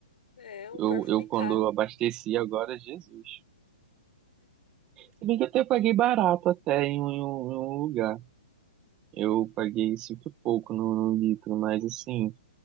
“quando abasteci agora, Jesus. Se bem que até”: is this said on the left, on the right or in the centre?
Right